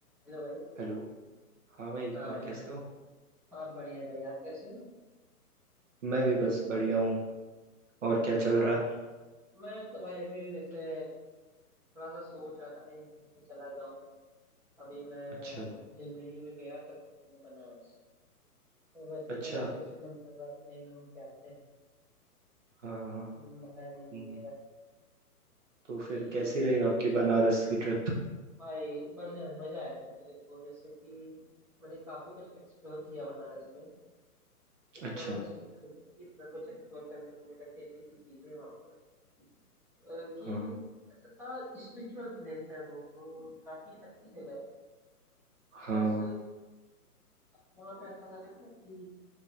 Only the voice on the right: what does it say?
Hello हाँ भाई
और
कैसे हो
मैं भी बस बढ़िया हूँ और क्या चल
रहा है
अच्छा
अच्छा
हाँ हाँ
हम्म,
तो
फिर
कैसी रही आपकी बनारस की ट्रिप
अच्छा
हाँ
हाँ